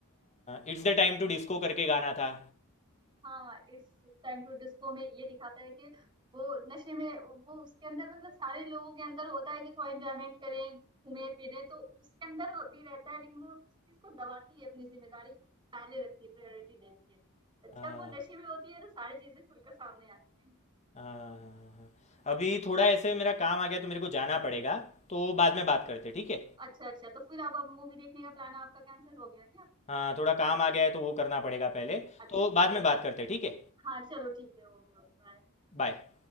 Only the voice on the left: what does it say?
It's the time to disco करके गाना था
हाँ
हाँ हाँ हाँ। अभी थोड़ा ऐसे मेरा काम आ गया तो मेरे को जाना पड़ेगा तो बाद में बात करते ठीक है
हाँ थोड़ा काम आ गया है तो वो करना पड़ेगा पहले
तो
बाद
में बात करते ठीक है
बाय